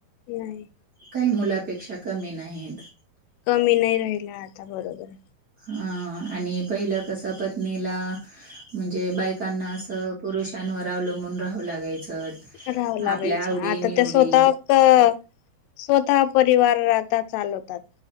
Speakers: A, on the left; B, on the right.
A: नाही.
B: कांहीं मुलापेक्षा कमी नाहीत.
A: कमी नाही राहिल्या आता, बरोबर.
B: हा आणि पहिलं कस पत्नीला. म्हणजे बायकांना असं पुरुषांवर अवलंबून राहावं लागायचं.
A: राहावं लागायचं
B: आपल्या आवडी
A: आता
B: निवडी
A: त्या स्वतः अ स्वतः परिवार आता चालवतात.